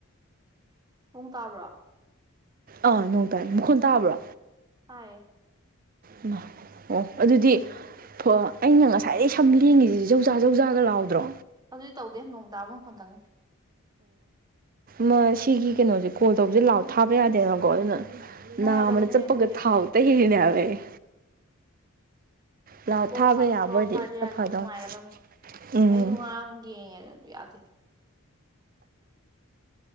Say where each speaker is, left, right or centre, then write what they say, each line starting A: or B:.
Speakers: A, on the right; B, on the right.
A: ꯅꯣꯡ ꯇꯥꯕ꯭ꯔꯣ
B: ꯑꯥ ꯅꯣꯡ ꯇꯥꯏ ꯃꯈꯨꯟ ꯇꯕ꯭ꯔꯣ
A: ꯇꯥꯏꯌꯦ
B: ꯏꯃꯥ ꯑꯣ ꯑꯗꯨꯗꯤ ꯐꯣ ꯑꯩꯅ ꯉꯁꯥꯏꯗꯒꯤ ꯁꯝ ꯂꯦꯡꯉꯤꯖꯤ ꯖꯧꯖꯥ ꯖꯧꯖꯥꯒ ꯂꯥꯎꯗ꯭ꯔꯣ
A: ꯑꯗꯨꯗꯤ ꯇꯧꯗꯦ ꯅꯣꯡ ꯇꯥꯕ ꯃꯈꯣꯟ ꯇꯪꯅꯤ
B: ꯃꯁꯤꯒꯤ ꯀꯩꯅꯣꯖꯦ ꯀꯣꯜ ꯇꯧꯕꯖꯦ ꯂꯥꯎꯠ ꯊꯥꯕ ꯌꯥꯗꯦꯕꯀꯣ ꯑꯗꯨꯅ
A: ꯅꯨꯡꯉꯥꯏꯇꯕꯅꯦ
B: ꯅꯥꯝꯃꯅꯥ ꯆꯞꯄꯒ
A: ꯑꯗꯨꯒꯤ
B: ꯊꯥꯎ ꯇꯩꯔꯤꯅꯦ ꯍꯥꯏꯕ ꯑꯩ ꯂꯥꯎ ꯊꯥꯕ
A: ꯀꯣꯜ ꯊꯥ
B: ꯌꯥꯕꯗꯤ
A: ꯂꯥꯎꯠ ꯊꯥꯔꯗꯤ
B: ꯈꯔ
A: ꯌꯥꯔꯗꯤ
B: ꯐꯗꯧꯅꯤ
A: ꯐꯗꯧ ꯅꯨꯡꯉꯥꯏꯒꯗꯧꯅꯤ
B: ꯎꯝ
A: ꯑꯩꯁꯨ ꯉꯔꯥꯡ ꯌꯦꯡꯉꯦ ꯌꯥꯗꯦ